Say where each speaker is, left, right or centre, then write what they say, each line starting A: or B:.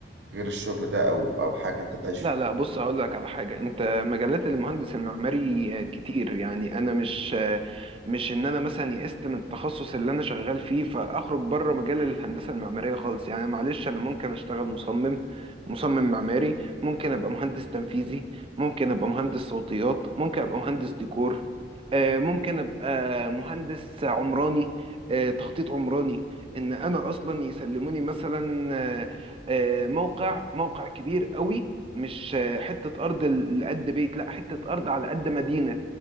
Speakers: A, on the right; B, on the right.
A: غير الشغل ده او او حاجة انت تعيش
B: لا
A: فيها
B: لا بص هقول لك على حاجة انت مجالات المهندس المعماري آه، كتير يعني انا مش آه، مش ان انا مثلا يئست من التخصص اللي انا شغال فيه فاخرج بره مجال الهندسة المعمارية خالص يعني معلش انا ممكن اشتغل مصمم مصمم معماري ممكن ابقى مهندس تنفيذي ممكن ابقى مهندس صوتيات ممكن ابقى مهندس ديكور آه، ممكن ابقى مهندس عمراني آه، تخطيط عمراني ان انا اصلا يسلموني مثلا آه، آه، موقع موقع كبير قوي مش حتة أرض ل- لقد بيت لا حتة أرض على قد مدينة